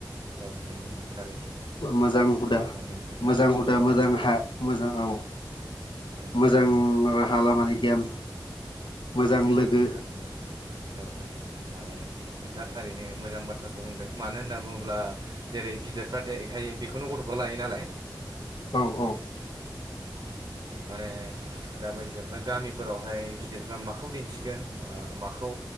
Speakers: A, on the right; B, on the left.
A: औ नंगौ नंगौ थारैनो
B: मोजां हुदा
A: मानो होननानै
B: मोजां हुदा मोजां
A: उम,
B: हा मोजां औ
A: नोंथां
B: मोजां राहा लामानि गियान मोजां
A: नंगौ
B: लोगो
A: नंगौ ना नंगौ औ औ माने नोंथाङा थारैनो मोजां बाथ्रा बुंदों मानो होनना बुंङोब्ला जेरै गिदिरफ्रा देखायो बेखौनो गथफ्रा लायो नालाय
B: औ औ नंगौ। <inaudible>
A: माने मोजांयै ‌दं ना। दा बायदियावहाय गामिफोरावहाय गिदिरफ्रा माखौ दिन्थिगोन ब माखौ